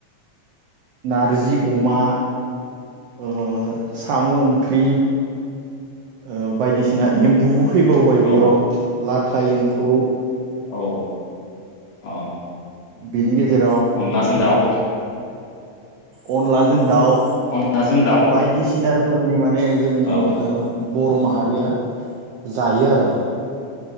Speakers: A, on the right (about 90°); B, on the left (about 85°).
A: नारजि अमा ओ साम' ओंख्रि। ओ बायदिसिना एम्बु फैबावबाय बेयाव
B: औ
A: ला टाइमखौ
B: औ औ
A: बेनि <unintelligible>
B: अनलाजों दाउ।
A: अनलाजों दाउ
B: अनलाजों दाउ
A: बायदिसिना रोखोमनि माने जोंनि
B: औ
A: ओ बर' माहारिया जायो आरो।